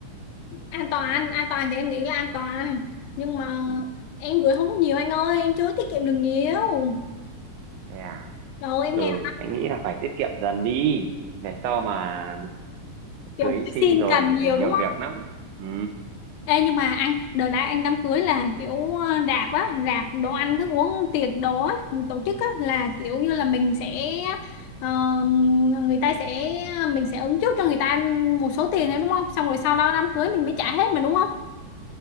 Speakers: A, on the left (about 80°); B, on the right (about 80°).
A: an toàn an toàn thì em nghĩ là an toàn nhưng mà
B: Ừ.
A: em gửi không có nhiều anh ơi em chưa tiết kiệm được nhiều
B: Thế à.
A: rồi em
B: ừ
A: nghe
B: anh nghĩ là phải tiết kiệm dần đi về sau mà
A: kiểu
B: cưới xin
A: xin
B: rồi
A: cần
B: thì
A: nhiều
B: thì nhiều
A: đúng không
B: việc lắm ừ
A: Ê, nhưng mà anh đợt đã anh đám cưới là kiểu ờ, rạp á rạp đồ ăn thức uống tiệc đồ á tổ chức á là kiểu như là mình sẽ ờ, người ta sẽ mình sẽ ứng trước cho người ta một số tiền nữa đúng không xong rồi sau đó đám cưới mình mới trả hết mà đúng không